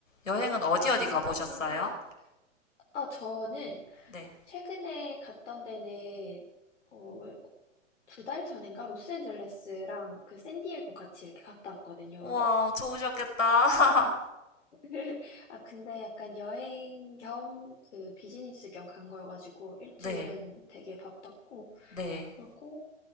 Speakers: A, on the left; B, on the left.
A: 여행은 어디
B: 아,
A: 어디
B: 안녕하세요.
A: 가보셨어요?
B: 아, 저는
A: 네.
B: 최근에 갔던 데는, 어, 두 달 전인가? 로스앤젤레스랑 그 샌디에고 같이 이렇게 갔다 왔거든요.
A: 우와, 좋으셨겠다. <laughs>
B: <laughs> 아, 근데 약간 여행 겸 그 비즈니스 겸 간 거여가지고 일주일은
A: 네,
B: 되게 바빴고,
A: 네.
B: 그리고